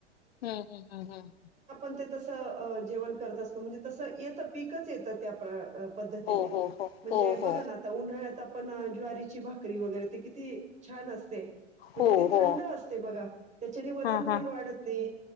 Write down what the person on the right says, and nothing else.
त जेवण करत असत म्हणजे तस येत पिकच येत त्या. पद्धतीने
म्हणजे बघा
ना आता उन्हाळ्याचा. पण ज्वारीची भाकरी वगैरे ते किती छान असते. म्हणजे
ती
थंड
असते बघा त्याच्या वजन
पण वाढत नाही.